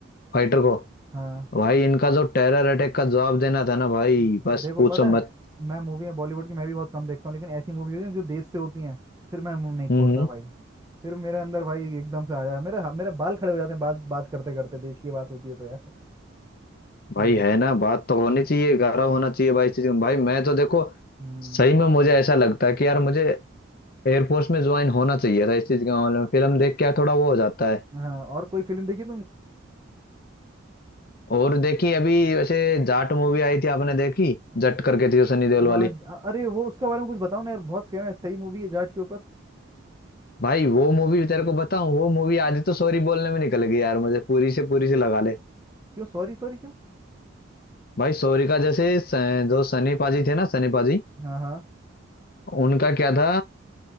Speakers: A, on the left; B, on the right.
A: फाइटर को
B: हाँ
A: भाई इनका जो टेरर अटैक का जवाब देना था ना भाई
B: हाँ, देखो
A: बस पूछो
B: पता है
A: मत
B: मैं मूवी में बॉलीवुड की मैं भी बहुत कम देखता हूँ लेकिन ऐसी मूवी होती है जो देश से होती हैं फिर मैं मुंह नहीं छोड़ता
A: हम्म
B: भाई फिर मेरे अंदर भाई एकदम से आ जाए मेरे मेरे बाल खड़े हो जाते हैं बात बात करते करते देश की बात होती है तो यार
A: भाई
B: हम्म
A: है ना बात तो होनी चाहिए गारा होना चाहिए भाई इस चीज में। भाई मैं तो देखो
B: हम्म
A: सही में मुझे ऐसा लगता है कि यार मुझे एयरफोर्स में ज्वाइन होना चाहिए था इस चीज के मामले में फिल्म देख के यार थोड़ा वो हो जाता है
B: हाँ और कोई फिल्म देखी
A: और देखी अभी वैसे जाट मूवी आई थी आपने देखी
B: तुमने
A: जट करके थी वो सनी देओल
B: हाँ
A: वाली
B: ज- अ- अरे वो उसके बारे में कुछ बताओ ना यार बहुत कहना है सही मूवी है जाट के ऊपर
A: भाई वो मूवी तेरे को बताऊं वो मूवी आधी तो सॉरी बोलने में निकल गई यार मुझे पूरी से पूरी से लगा ले
B: क्यों सॉरी सॉरी क्यों
A: भाई सॉरी का जैसे स- जो सनी पाजी थे ना सनी पाजी
B: हाँ हाँ
A: उनका क्या था